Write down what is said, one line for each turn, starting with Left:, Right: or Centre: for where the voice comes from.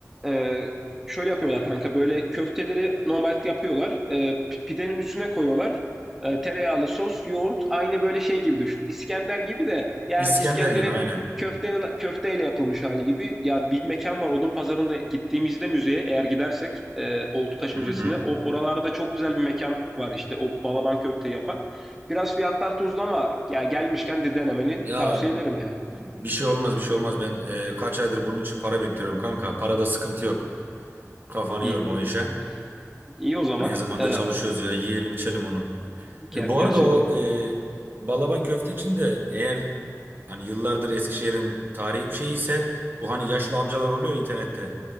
Centre: e, şöyle yapıyorlar kanka. Böyle köfteleri normal yapıyorlar. Ee, pi- pidenin üstüne koyuyorlar. Ee, tereyağlı sos, yoğurt aynı böyle şey gibi düşün. İskender gibi de yani
Right: İskender
Centre: İskender'in
Right: gibi aynen.
Centre: köftenin köfteyle yapılmış hali gibi. Ya bir mekan var Odun Pazarı'nda gittiğimizde müzeye eğer gidersek e, Oltutaş
Right: Hı
Centre: Müzesi'ne
Right: hı.
Centre: o oralarda çok güzel bir mekan var işte o balaban köfte yapan. Biraz fiyatlar tuzlu ama ya gelmişken de denemeni
Right: Ya
Centre: tavsiye ederim yani.
Right: Bir şey olmaz bir şey olmaz. Ben e, kaç aydır bunun için para biriktiriyorum kanka. Parada sıkıntı yok. Kafanı
Centre: İyi
Right: yorma
Centre: iyi.
Right: o işe.
Centre: İyi o zaman.
Right: Ne zamandır
Centre: Ee,
Right: çalışıyoruz ya. Yiyelim içelim onu.
Centre: Ger-
Right: E, bu
Centre: gerçekten.
Right: arada o e, balaban köfte için de eğer hani yıllardır Eskişehir'in tarihi bir şey ise bu hani yaşlı amcalar oluyor internette.